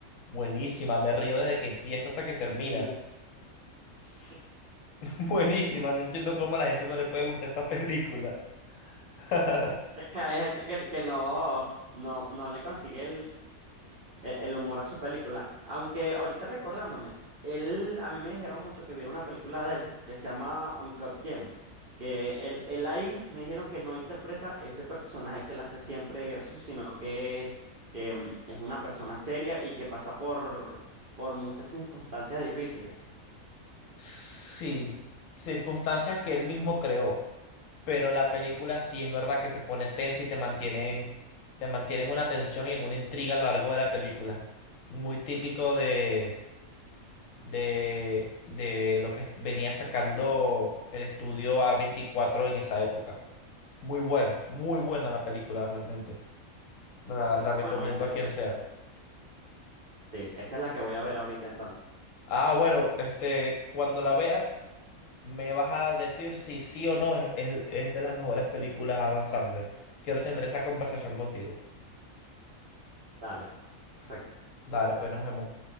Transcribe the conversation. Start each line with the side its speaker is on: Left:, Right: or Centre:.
Left: Buenísima, me río desde que empieza hasta que termina.
Right: Uh. Sí,
Left: <laughs> Buenísima, no entiendo cómo a la gente no le puede gustar esa película. <laughs>
Right: sí, <laughs> hay gente que, que no, no, no le consigue e- El humor a sus películas. Aunque ahorita recordándome, él, a mí me dijeron mucho que viera una película de él que se llama Uncut Gems, que él, él ahí me dijeron que no interpreta ese personaje que él hace siempre gracioso, sino que, que mm, es una persona seria y que pasa por, por muchas circunstancias difíciles.
Left: Sí, circunstancias que él mismo creó. pero la película sí es verdad que te pone tensa y te mantienen, te mantienen una tensión y en una intriga a lo largo de la película. Muy típico de, de, de lo que est- venía sacando el estudio a veinticuatro en esa época. Muy buena, muy
Right: Oh,
Left: buena la película realmente. La, la recomiendo
Right: Bueno, esa, es-
Left: a quien
Right: esa-
Left: sea.
Right: sí, esa es la que voy a ver ahorita entonces.
Left: Ah, bueno, este, cuando la veas, me vas a decir si sí o no es, es es de las mejores películas de Adam Sandler. Quiero tener esa conversación contigo.
Right: Dale, perfecto.
Left: Dale, pues nos vemos.